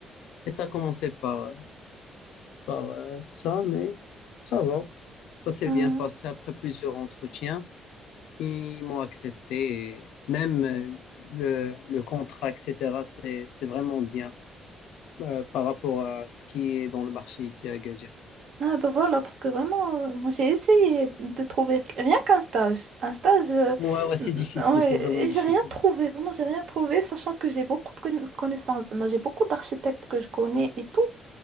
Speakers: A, on the left (about 90°); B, on the right (about 60°).
A: Et ça commençait par par euh, ça, mais ça va. Ça s'est
B: Hmm.
A: bien passé après plusieurs entretiens. Ils m'ont accepté. Et même euh, le, le contrat, etc., c'est, c'est vraiment bien euh, par rapport à ce qui est dans le marché ici à Agadir.
B: Ah ben voilà, parce que vraiment, euh, moi j'ai essayé de trouver rien qu'un stage. Un stage, euh,
A: Ouais, ouais,
B: mm,
A: c'est difficile,
B: ouais,
A: c'est vraiment
B: et
A: difficile.
B: j'ai rien trouvé, vraiment j'ai rien trouvé, sachant que j'ai beaucoup de conna- connaissances. Moi j'ai beaucoup d'architectes que je connais et tout.